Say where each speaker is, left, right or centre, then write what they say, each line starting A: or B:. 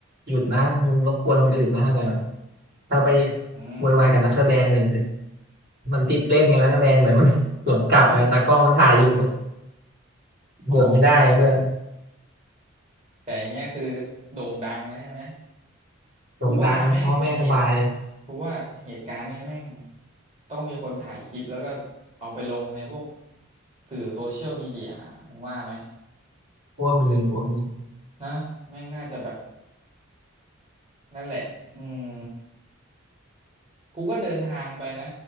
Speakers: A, on the right; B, on the right.
A: หยุดนะมึงรบกวนคนอื่นนะแต่ถ้าไป
B: อืม
A: โวยวายกับนักแสดงเนี่ยมันติดเล่นไงนักแสดงแต่มัน <laughs> สวนกลับไงตากล้องมันถ่ายอยู่
B: <laughs> อ๋อ
A: บวชไม่ได้ไงเพื่อน
B: แต่อย่างเงี้ยคือโด่งดังเลยใช่ไหม
A: โด่งดังพ่อแม่สบาย
B: กูว่าแม่งไอเหตุกูว่าเหตุการณ์เนี่ยแม่งต้องมีคนถ่ายคลิปแล้วก็เอาไปลงในพวกสื่อโซเชียลมีเดียมึงว่าไหม
A: กลัวมีกลัวมี
B: นะแม่งน่าจะแบบนั่นแหละอืมกูก็เดินทางไปนะ